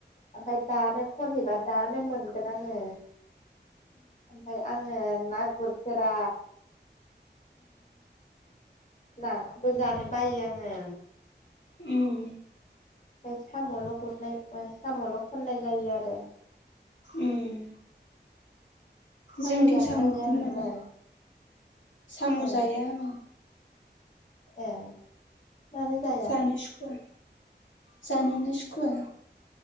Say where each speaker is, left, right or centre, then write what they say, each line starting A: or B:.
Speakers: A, on the left; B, on the left.
A: ओमफ्राय दानो खनहैबा दानो मोन -गोन आङो ओमफाय आङो ना गुरफेरा। नाखौबो जानो बायो आङो।
B: उम।
A: साम'ल' गुरनाय ओ साम'ल' खननाय जायो आरो।
B: उम।
A: साम'
B: जोंथिं
A: जागोन
B: साम'खौनो
A: ना जाया नोंलाय
B: मोना साम'
A: ए
B: जाया आङो।
A: ए। मानो जाया
B: जानो सुखुवा। जानोनो सुखुवा।